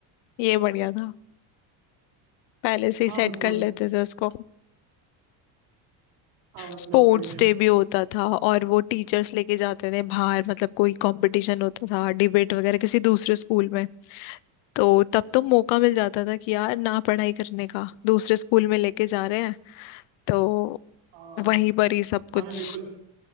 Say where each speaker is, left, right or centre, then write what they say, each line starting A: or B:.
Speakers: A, on the left; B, on the right.
A: ये बढ़िया था पहले से ही
B: हाँ
A: सेट
B: मतलब
A: कर लेते थे उसको
B: हाँ मतलब
A: स्पोर्ट्स
B: फिर
A: डे भी होता था और वो टीचर्स लेके जाते थे बाहर मतलब कोई कंपटीशन होता था डिबेट वगैरह किसी दूसरे स्कूल में तो तब तो मौका मिल जाता था कि यार ना पढ़ाई करने का दूसरे स्कूल में लेके जा रहे हैं तो
B: हाँ,
A: वहीं पर ही सब कुछ
B: हमें बिल्कुल